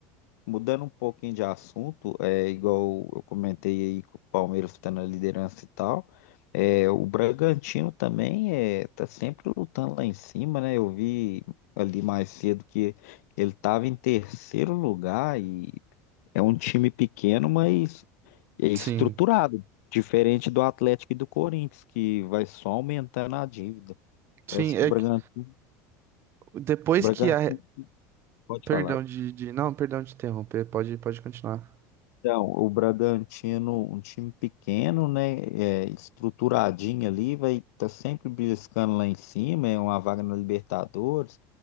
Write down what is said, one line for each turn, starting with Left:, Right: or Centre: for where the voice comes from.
Left: Mudando um pouquinho de assunto, é igual eu comentei aí que o Palmeiras está na liderança e tal. É, o Bragantino também é, tá sempre lutando lá em cima, né? Eu vi ali mais cedo que ele estava em terceiro lugar e é um time pequeno, mas é estruturado,
Right: sim.
Left: diferente do Atlético e do Corinthians, que vai só aumentando a dívida.
Right: Sim,
Left: Parece
Right: é
Left: que o Bragantino,
Right: que Depois
Left: o Bragantino
Right: que a.
Left: pode
Right: Perdão
Left: falar.
Right: de, de- Não, perdão de interromper, pode, pode continuar.
Left: Então, o Bragantino, um time pequeno, né, é, estruturadinho ali, vai tá sempre beliscando lá em cima, é uma vaga na Libertadores.